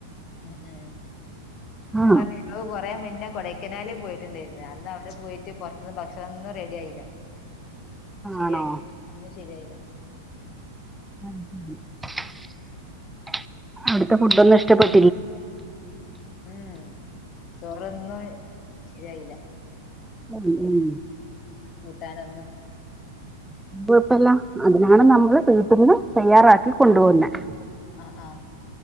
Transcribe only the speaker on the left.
എ ഏ
ഞാൻ പറഞ്ഞു ഇങ്ങള് കൊറേ മുന്നേ കൊടൈക്കനാലിൽ പോയിട്ടുണ്ടായിരുന്ന അന്ന് അവിടെ പോയിട്ട് പുറത്തുനിന്ന് ഭക്ഷണം ഒന്നും റെഡി ആയില്ല ശരിയായി
ഒന്നും ശരിയായില്ല
ഉം ചോറൊന്നും ശരിയായില്ല
കൂട്ടാനൊന്നു
ആഹ് ആഹ്